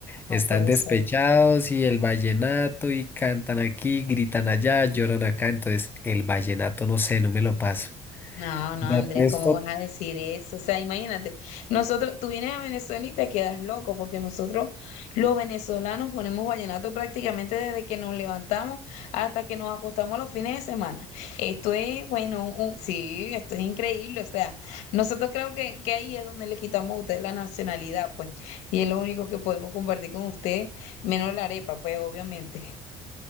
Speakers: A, on the left; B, on the left.
A: Están
B: No puede
A: despechados
B: ser.
A: y el vallenato y cantan aquí, gritan allá, lloran acá. Entonces, el vallenato, no sé, no me lo paso.
B: No, no,
A: De
B: Andrés,
A: resto,
B: ¿cómo vas a decir eso? O sea, imagínate, nosotros, tú vienes a Venezuela y te quedas loco, porque nosotros, los venezolanos, ponemos vallenato prácticamente desde que nos levantamos hasta que nos acostamos los fines de semana. Esto es, bueno, un- sí, esto es increíble. O sea, nosotros creo que, que ahí es donde le quitamos a ustedes la nacionalidad, pues, y es lo único que podemos compartir con ustedes, menos la arepa, pues, obviamente.